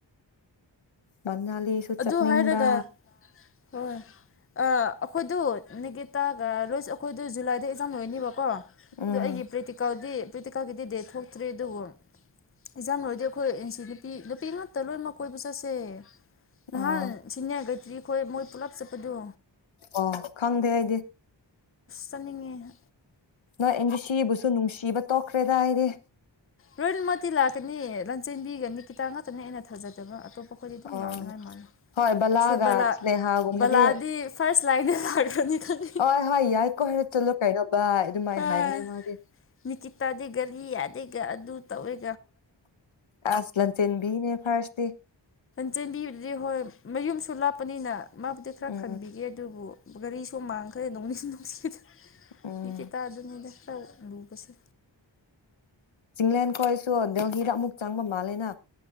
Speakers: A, on the left; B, on the left.
A: ꯃꯅꯥꯂꯤꯁꯨ
B: ꯑꯗꯨ
A: ꯆꯠꯅꯤꯡꯕ
B: ꯍꯥꯏꯔꯒ ꯍꯣꯏ ꯑꯩꯈꯣꯏꯗꯨ ꯅꯒꯤꯇꯥꯒ ꯔꯣꯏꯁ ꯑꯩꯈꯣꯏꯗꯣ ꯖꯨꯂꯥꯏꯗ ꯑꯦꯛꯖꯥꯝ ꯂꯣꯏꯅꯦꯕꯀꯣ ꯑꯗꯣ
A: ꯎꯝ
B: ꯑꯩꯒꯤ ꯄ꯭ꯔꯤꯇꯤꯀꯥꯗꯤ ꯄ꯭ꯔꯤꯇꯤꯀꯥꯒꯤꯗꯤ ꯗꯦ ꯊꯣꯛꯇ꯭ꯔꯤ ꯑꯗꯨꯕꯨ ꯑꯦꯛꯖꯥꯡ ꯂꯣꯏꯔꯗꯤ ꯑꯩꯈꯣꯏ ꯁꯤ ꯅꯨꯄꯤ ꯅꯨꯄꯤ ꯉꯥꯛꯇ ꯂꯣꯏꯅꯃꯛ ꯀꯣꯏꯕ ꯆꯠꯁꯦ ꯅꯍꯥꯟ
A: ꯑꯣ
B: ꯁꯤꯅꯤꯌꯥꯔ ꯀꯩꯇ꯭ꯔꯤꯈꯣꯏ ꯃꯣꯏ ꯄꯨꯜꯂꯞ ꯆꯠꯄꯗꯣ
A: ꯑꯣ ꯈꯪꯗꯦ ꯑꯩꯗꯤ
B: ꯆꯅꯤꯡꯉꯦ
A: ꯅꯣꯏ ꯑꯩꯗꯤ ꯁꯤꯕꯨꯁꯨ ꯅꯨꯡꯁꯤꯕ ꯇꯣꯛꯈ꯭ꯔꯦꯗ ꯍꯥꯏꯗꯤ
B: ꯂꯣꯏꯅ ꯃꯇꯤ ꯂꯥꯛꯀꯅꯤ ꯂꯟꯆꯦꯟꯕꯤꯒꯅꯤ ꯈꯤꯇ ꯉꯥꯛꯇꯅꯤ ꯑꯩꯅ ꯊꯥꯖꯗꯕ ꯑꯇꯣꯞꯄ ꯑꯩꯈꯣꯏꯗꯤ ꯑꯗꯨꯝ
A: ꯑꯣ
B: ꯂꯥꯛꯅꯉꯥꯏ ꯃꯥꯥꯟꯜꯂꯤ
A: ꯍꯣꯏ ꯕꯂꯥꯒ
B: ꯁꯨꯔ ꯕꯂꯥ
A: ꯁ꯭ꯅꯦꯍꯥꯒꯨꯝꯕꯗꯤ
B: ꯕꯂꯥꯗꯤ ꯐꯥꯔꯁ ꯂꯥꯏꯟꯗ ꯂꯥꯛꯄꯅꯤ ꯈꯜꯂꯤ
A: ꯍꯣꯏ ꯍꯣꯏ ꯌꯥꯏꯀꯣ ꯍꯥꯏꯔ ꯆꯠꯂꯣ ꯀꯩꯅꯣ ꯚꯏ ꯑꯗꯨꯃꯥꯏꯅ
B: ꯍꯣꯏ
A: ꯍꯥꯏꯕꯅꯦ ꯃꯥꯒꯤ
B: ꯅꯤꯀꯤꯇꯥꯗꯤ ꯒꯥꯔꯤ ꯌꯥꯗꯦꯒ ꯑꯗꯨ ꯇꯧꯋꯦ
A: ꯑꯁ ꯂꯁꯦꯟꯕꯤꯅꯦ ꯐꯔꯁꯇ
B: ꯆꯦꯟꯕꯤꯕꯗꯨꯗꯤ ꯍꯣꯏ ꯃꯌꯨꯝꯁꯨ ꯂꯥꯞꯄꯅꯤꯅ ꯃꯥꯕꯨꯗꯤ ꯈꯔ
A: ꯎꯝ
B: ꯈꯟꯕꯤꯒꯦ ꯑꯗꯨꯕꯨ ꯒꯥꯔꯤꯁꯨ ꯃꯥꯡꯈ꯭ꯔꯦ ꯅꯣꯡꯅꯤꯁꯨ ꯅꯨꯡꯁꯤꯗ
A: ꯎꯝ
B: ꯇꯤ ꯇꯥꯗ꯭ꯔꯤꯉꯩꯗ ꯥꯎꯝ ꯂꯨꯕꯁꯦ
A: ꯏꯪꯂꯦꯟ ꯈꯁꯨ ꯗꯒꯤꯗ ꯑꯃꯨꯛ ꯆꯪꯕ ꯃꯥꯜꯂꯦꯅ